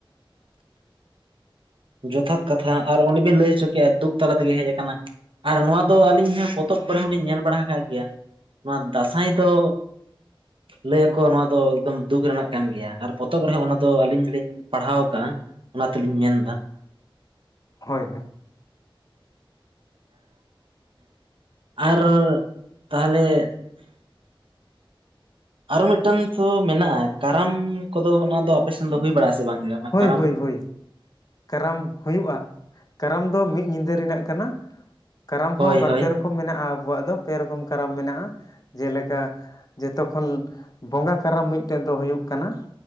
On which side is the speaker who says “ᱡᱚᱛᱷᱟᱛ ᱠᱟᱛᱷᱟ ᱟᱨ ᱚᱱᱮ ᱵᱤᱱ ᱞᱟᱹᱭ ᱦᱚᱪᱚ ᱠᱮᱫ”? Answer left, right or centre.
Right